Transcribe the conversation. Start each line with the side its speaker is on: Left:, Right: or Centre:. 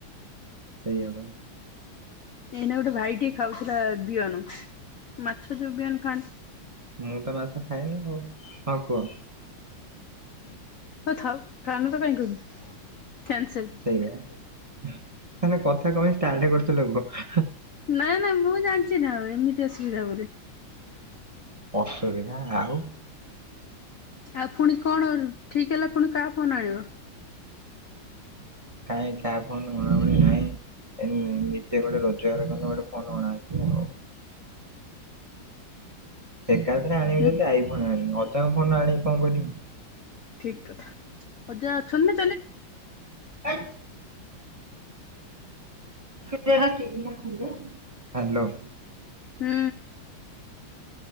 Right: ସେଇଆ ପା।
Left: ଏଇନା ଗୋଟେ ଭାଇ ଟେ ଖାଉଥିଲା ବିହନ ମାଛ ଯୋଉ ବିହନ ଖାଆନ୍ତି
Right: ମୁଁ ତ ମାଛ ଖାଏନି ଆଉ ହଁ କୁହ।
Left: ହଁ ଥାଉ ଖାଅନା ତ କାଇଁ କହିବି କ୍ୟାନସେଲ।
Right: ସେଇଆ ତାହେଲେ କଥା କଣ ପାଇଁ ଷ୍ଟାର୍ଟ କରୁଥିଲ କୁହ?
Left: ନାଇଁ ନା ମୁଁ ଜାଣିଛି ନା ଆଉ ଏମିତି ଅସୁବିଧା ବୋଲି।
Right: ଅସୁବିଧା ଆଉ
Left: ଆଉ ପୁଣି କଣ ଠିକ୍ ହେଲା ପୁଣି କାହା ଫୋନ୍ ଆଣିବ?
Right: କାଇଁ କା ଫୋନ ଉଣାଉଣି ନାହିଁ। ଏଇ ନିଜେ ଗୋଟେ ରୋଜଗାର କଲେ ଗୋଟେ ଫୋନ ଅଣାଯିବ ଆଉ। ଏକାଥରେ ଆଣିବି
Left: ହୁଁ
Right: ଯଦି ଆଇ ଫୋନ ଆଣିବି ଅଜାଙ୍କ ଫୋନ ଆଣିକି କଣ କରିବି।
Left: ଠିକ କଥା ଅଜା ଅଛନ୍ତି ତାହେଲେ।
Right: <unintelligible> <unintelligible> ହାଲୋ।
Left: ହୁଁ।